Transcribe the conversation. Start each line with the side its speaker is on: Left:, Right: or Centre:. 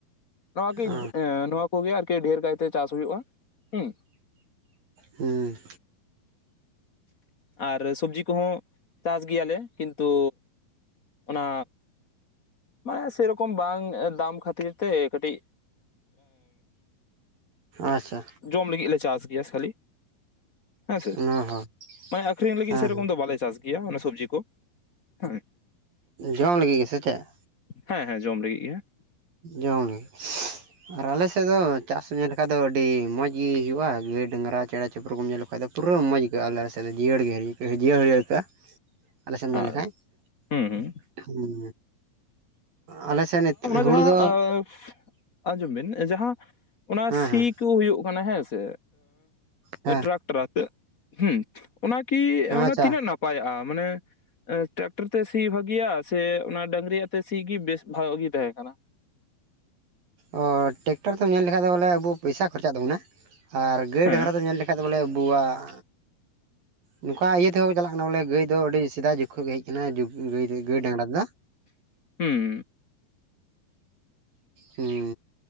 Left: ᱱᱚᱣᱟᱠᱤ
Right: ᱚ
Left: ᱮ ᱱᱚᱣᱟ ᱠᱚᱜᱮ ᱟᱨᱠᱤ ᱰᱷᱮᱨ ᱠᱟᱭᱛᱮ ᱪᱟᱥ ᱦᱩᱭᱩᱜᱼᱟ ᱦᱩᱸ᱾
Right: ᱦᱮᱸ
Left: ᱟᱨ ᱥᱚᱵᱡᱤ ᱠᱚᱦᱚᱸ ᱪᱟᱥ ᱜᱮᱭᱟᱞᱮ ᱠᱤᱱᱛᱩ ᱚᱱᱟ ᱢᱟᱱᱮ ᱥᱮ ᱨᱚᱠᱚᱢ ᱵᱟᱝ ᱫᱟᱢ ᱠᱷᱟᱹᱛᱤᱨ ᱛᱮ ᱠᱟᱹᱴᱤᱡ
Right: ᱟᱪᱪᱷᱟ
Left: ᱡᱚᱢ ᱞᱟᱹᱜᱤᱫ ᱞᱮ ᱪᱟᱥ ᱜᱮᱭᱟ ᱠᱷᱟᱹᱞᱤ ᱾ ᱦᱮᱸᱥᱮ
Right: ᱚ ᱦᱚᱸ
Left: ᱢᱟᱱᱮ ᱟᱠᱷᱨᱤᱧ ᱞᱟᱹᱜᱤᱫ
Right: ᱦᱮᱸ
Left: ᱥᱮᱨᱚᱠᱚᱢ ᱫᱚ ᱵᱟᱞᱮ ᱪᱟᱥ ᱜᱮ ᱾ ᱜᱮᱭᱟ ᱚᱱᱟ ᱥᱚᱵᱡᱤ ᱠᱚ ᱦᱮᱸ ᱾
Right: ᱡᱚᱢ ᱞᱟᱹᱜᱤᱫ ᱜᱮᱥᱮ ᱪᱮᱫ?
Left: ᱦᱮᱸ ᱦᱮᱸ ᱡᱚᱢ ᱞᱟᱹᱜᱤᱫ ᱜᱮ ᱾
Right: ᱡᱚᱢ ᱞᱟᱹᱜᱤᱫ ᱜᱮ ᱟᱨ ᱟᱞᱮ ᱥᱮᱫ ᱫᱚ ᱪᱟᱥ ᱧᱮᱞ <unintelligible> ᱫᱚ ᱟᱹᱰᱤ ᱢᱚᱡᱽ ᱜᱮ ᱦᱩᱭᱩᱜᱼᱟ ᱾ ᱜᱟᱹᱭ ᱰᱟᱝᱨᱟ ᱪᱮᱬᱮ ᱪᱤᱯᱨᱩ ᱧᱮᱞ ᱞᱮᱠᱟᱱ ᱫᱚ ᱯᱩᱨᱟᱹ ᱢᱚᱡᱽ ᱜᱮ ᱾ ᱟᱞᱮ ᱥᱮᱫ ᱫᱚ ᱡᱤᱭᱟᱹᱲ ᱟᱹᱭᱠᱟᱹᱜᱼᱟ ᱡᱤᱭᱟᱹᱲ ᱟᱹᱭᱠᱟᱹᱜᱼᱟ ᱟᱞᱮ ᱥᱮᱫ ᱮᱢ
Left: ᱟᱨ
Right: ᱧᱮᱞ ᱞᱮᱠᱷᱟᱱ
Left: ᱦᱩᱸ ᱦᱩᱸ
Right: ᱾ ᱦᱩᱸ ᱟᱞᱮ ᱥᱮ ᱱᱤᱛ ᱦᱩᱲᱩ
Left: <unintelligible>
Right: ᱫᱚ
Left: ᱟᱸᱡᱚᱢ ᱵᱤᱱ ᱡᱟᱦᱟᱸ ᱚᱱᱟ
Right: ᱦᱮᱸ
Left: ᱥᱤ
Right: ᱦᱮᱸ
Left: ᱪᱤᱠᱟᱹᱣ ᱦᱩᱭᱩᱜ ᱠᱟᱱᱟ ᱦᱮᱸᱥᱮ
Right: ᱦᱮᱸ
Left: ᱴᱨᱟᱠ ᱴᱟᱨ ᱟᱛᱮ ᱦᱮᱸ ᱾ ᱚᱱᱟ ᱠᱤ
Right: ᱦᱮᱸ
Left: ᱚᱱᱟ
Right: ᱟᱪᱪᱷᱟ
Left: ᱛᱤᱱᱟᱹᱜ ᱱᱟᱯ ᱟᱭᱚᱜᱼᱟ ᱢᱟᱱᱮ ᱴᱮᱨᱟᱠ ᱴᱟᱨ ᱛᱮ ᱥᱤ ᱵᱷᱟᱜᱤᱭᱟ ᱥᱮ ᱚᱱᱟ ᱰᱟᱝᱨᱤᱭᱟᱜ ᱛᱮ ᱥᱤ ᱜᱮ ᱵᱮᱥ <unintelligible> ᱜᱮ ᱛᱟᱦᱮᱸ ᱠᱟᱱᱟ ᱾
Right: ᱚᱻ ᱴᱮᱠᱴᱟᱨ ᱛᱮᱢ ᱧᱮᱞ ᱞᱮᱠᱷᱟᱱ ᱫᱚ ᱵᱚᱞᱮ ᱟᱵᱚ ᱯᱚᱭᱥᱟ ᱠᱷᱚᱨᱪᱟᱜ ᱛᱟᱵᱚᱱᱟ ᱾ ᱟᱨ ᱜᱟᱹᱭ
Left: ᱦᱮᱸ
Right: ᱰᱟᱝᱨᱟ ᱫᱚ ᱧᱮᱞ ᱞᱮᱠᱷᱟᱡ ᱫᱚ ᱵᱚᱞᱮ ᱟᱵᱚᱣᱟᱜ ᱱᱚᱝᱠᱟ ᱤᱭᱟᱹ ᱛᱮᱦᱚᱸ ᱠᱚ ᱪᱟᱞᱟᱜ ᱠᱟᱱᱟ ᱵᱚᱞᱮ ᱜᱟᱹᱭ ᱫᱚ ᱟᱹᱰᱤ ᱥᱮᱫᱟᱭ ᱡᱩᱜᱽ ᱜᱮ ᱦᱮᱡ ᱟᱠᱟᱱᱟ᱾ <unintelligible> ᱜᱟᱹᱭ ᱰᱟᱝᱨᱟ ᱫᱚ᱾
Left: ᱦᱩᱸᱻ
Right: ᱦᱩᱸ